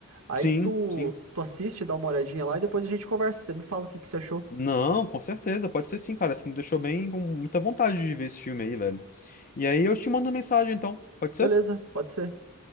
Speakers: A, on the right (about 85°); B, on the left (about 40°).
A: Aí
B: Sim,
A: tu,
B: sim.
A: tu assiste, dá uma olhadinha lá e depois a gente conversa. Você me fala o que que você achou.
B: Não, com certeza, pode ser sim, cara, você me deixou bem com muita vontade de ver esse filme aí, velho. E aí eu te mando uma mensagem, então, pode
A: Beleza,
B: ser?
A: pode ser.